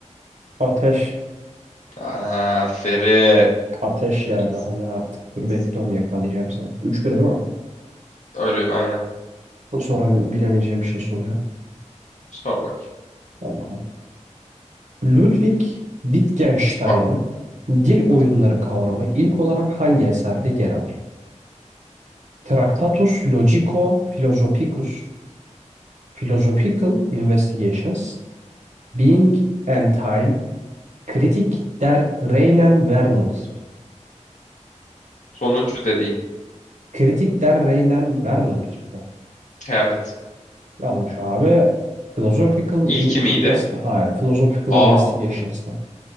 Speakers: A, on the right (about 70°); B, on the left (about 75°).
A: Ateş.
B: Aferin.
A: Ateş yani.
B: İyisin,
A: Hani artık dur
B: iyisin.
A: bekliyorum yakalayacağım seni. Üç 1 değil mi?
B: Öyle aynen.
A: Sonra bilemeyeceğim bir şey soracağım.
B: Sor bakayım.
A: Hadi bakalım. Ludwig Wittgenstein'ın
B: Tamam.
A: dil oyunları
B: Hadi be.
A: kavramı ilk olarak hangi eserde yer alır? Tractatus Logico-Philosophicus, Philosophical Investigations, Being and Time, Kritik der Reinen Vernunft.
B: Sonuncu dediğin.
A: Kritik der Reinen Vernunft bu.
B: Evet.
A: Yanlış abi. Philosophical
B: Hadi. İlki
A: in
B: miydi?
A: invest hayır, Philosophical
B: Aa.
A: Investigations'ta.